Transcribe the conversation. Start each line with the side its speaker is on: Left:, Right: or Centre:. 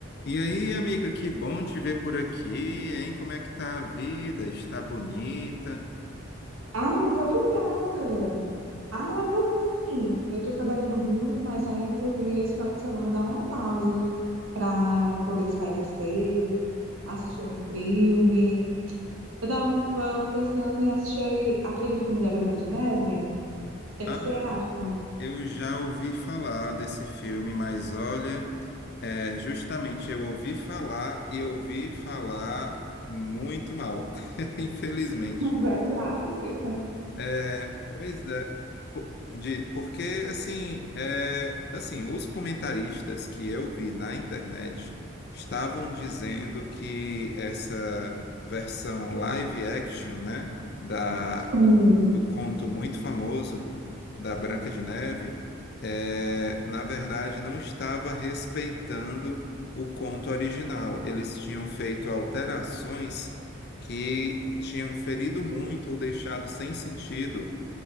Left: E aí, amiga, que bom te ver por aqui, hein? Como é que tá a vida? Está bonita?
Right: Ah, muito obrigada. Ah, eu tô bem. Eu tô trabalhando muito, mas aí resolvi esse final de semana dar uma pausa pra poder espairecer, assistir um filme. Eu tava pensando em assistir aquele filme da Branca de Neve. O que é
Left: Ah,
Right: que você acha?
Left: eu já ouvi falar desse filme, mas olha, é, justamente eu ouvi falar e ouvi falar muito mal, <laughs> infelizmente.
Right: <laughs> Verdade?
Left: É, pois é. Po- de- porque, assim, é, assim, os comentaristas que eu vi na internet estavam dizendo que essa versão live action, né, da,
Right: Sim,
Left: do, do conto muito famoso da Branca de Neve, é, na verdade, não estava respeitando o conto original. Eles tinham feito alterações que tinham ferido muito ou deixado sem sentido